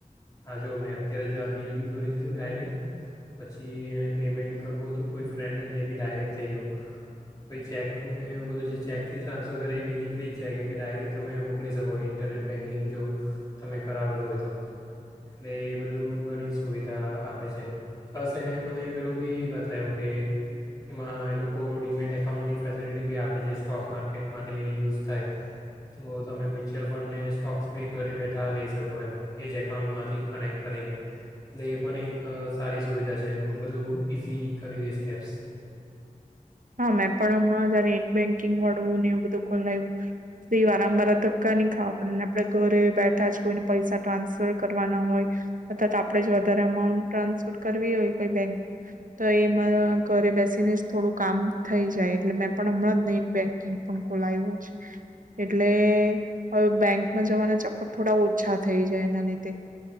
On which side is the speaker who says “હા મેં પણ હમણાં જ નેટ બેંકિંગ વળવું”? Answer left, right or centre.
Right